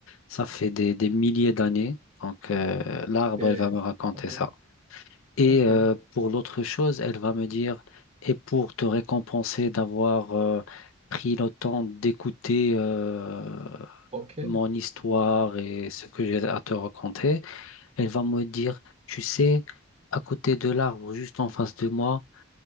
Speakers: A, on the left; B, on the right.
A: ça fait des, des milliers d'années. Donc euh, l'arbre,
B: Ok,
A: elle va me raconter
B: Ok,
A: ça. Et
B: ok,
A: euh, pour l'autre chose, elle va me dire, et pour te récompenser d'avoir euh, pris le temps d'écouter euh,
B: ok.
A: mon histoire et ce que j'ai à te raconter, elle va me dire, tu sais, à côté de l'arbre, juste en face de moi,